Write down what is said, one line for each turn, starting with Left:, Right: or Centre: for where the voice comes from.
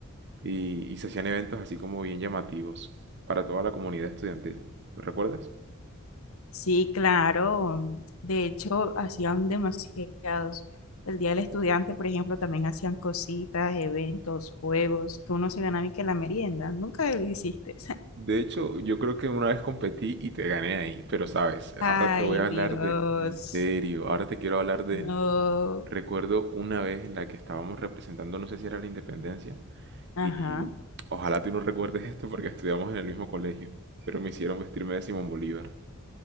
Right: Y, y se hacían eventos así como bien llamativos para toda la comunidad estudiantil. ¿Lo recuerdas?
Left: Sí, claro. De hecho, hacían demasiados. El Día del Estudiante, por ejemplo, también hacían cositas, eventos, juegos, que uno se ganaba y que la merienda. Nunca lo hiciste.
Right: De hecho, yo creo que una vez competí y te gané ahí, pero sabes,
Left: <laughs> Ay,
Right: ahora te voy a
Left: Dios.
Right: hablar de, en serio, ahora te quiero hablar de,
Left: No.
Right: recuerdo una vez en la que estábamos representando, no sé si era la Independencia,
Left: Ajá.
Right: Y ojalá tú no recuerdes esto porque estudiamos en el mismo colegio, pero me hicieron vestirme de Simón Bolívar.